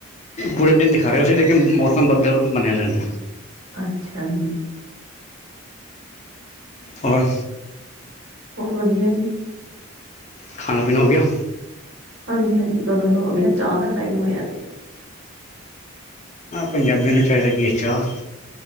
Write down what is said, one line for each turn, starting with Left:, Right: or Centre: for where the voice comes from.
Left: ਪੂਰੇ ਦਿਨ ਦਿਖਾ ਰਿਹਾ ਸੀ ਲੇਕਿਨ ਮੌਸਮ ਬੱਦਲ ਬਣੇ ਰਹੇ ਨੇ।
Right: ਅੱਛਾ ਜੀ।
Left: ਹੋਰ,
Right: ਹੋਰ ਵਧੀਆ ਜੀ।
Left: ਖਾਣਾ ਪੀਣਾ ਹੋ ਗਿਆ।
Right: ਹਾਂਜੀ-ਹਾਂਜੀ, ਕਦੋਂ ਦਾ ਹੋ ਗਿਆ ਚਾਹ ਦਾ ਟਾਈਮ ਹੋਇਆ ਗਿਆ।
Left: ਪੰਜਾਬੀਆਂ ਨੂੰ ਚਾਹੀਦਾ ਕਿ ਚਾਹ,